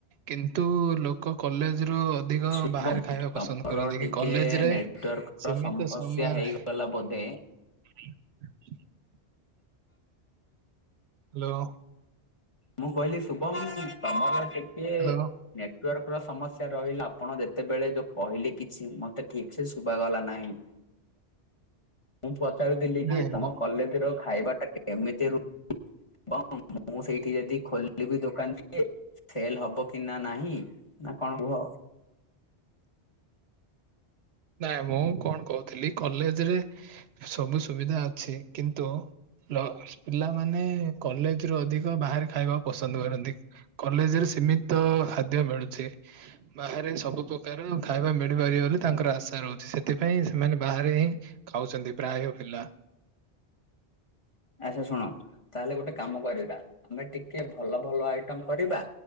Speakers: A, on the right; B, on the left.
A: କିନ୍ତୁ ଲୋକ କଲେଜ୍ ରୁ ଅ ଧିକ
B: ଶୁଭମ
A: ବାହାରେ ଖାଇବା ପସନ୍ଦ
B: ତମର
A: କରନ୍ତି
B: ଟିକେ
A: କି କଲେଜ୍ ରେ
B: ନେଟୱାର୍କର
A: ସୀମିତ
B: ସମସ୍ୟା
A: ସମୟ ରହେ।
B: ହେଇଗଲା ବୋଧେ।
A: ହୁଁ <unintelligible> ହାଲୋ।
B: ମୁଁ କହିଲି ଶୁଭମ୍ ତମର ଟିକେ
A: ହ୍ୟାଲୋ
B: ନେଟୱାର୍କର ସମସ୍ୟା ରହିଲା ଆପଣ ଯେତେବେଳେ ଯୋଉ କହିଲେ କିଛି ମତେ ଠିକ୍ ସେ ଶୁଭାଗଲା ନାହିଁ। ମୁଁ ପଚାରୁଥିଲି କି
A: ନାଇଁ
B: ତମ କଲେଜ୍ ର ଖାଇବାଟା କେ ଏମିତି ରୁ କଁ ମୁଁ ସେଇଠି ଯଦି ଖୋଲ୍ ଲିବି ଦୋକାନ ଟିକେ ସେଲ୍ ହବ କି ନାଁ ନାହିଁ ନାଁ କଣ କୁହ?
A: ନାଇଁ ମୁଁ କଣ କହୁଥିଲି କଲେଜ୍ ରେ ସବୁ ସୁବିଧା ଅଛି କିନ୍ତୁ ଲ ପିଲାମାନେ କଲେଜ୍ ରୁ ଅଧିକ ବାହାରେ ଖାଇବାକୁ ପସନ୍ଦ କରନ୍ତି। କଲେଜ୍ ରେ ସୀମିତ ଖାଦ୍ୟ ମିଳୁଛି। ବାହାରେ ସବୁ ପ୍ରକାର ଖାଇବା ମିଳିପାରି ବୋଲି ର ଆଶା ରହୁଚି। ସେଥିପାଇଁ ସେମାନେ ବାହାରେ ହିଁ ଖାଉଛନ୍ତି ପ୍ରାୟ ପିଲା।
B: ଆଛା ଶୁଣ ତାହେଲେ ଗୋଟେ କାମ କରିବା ଆମେ ଟିକେ ଭଲ ଭଲ ଆଇଟମ କରିବା।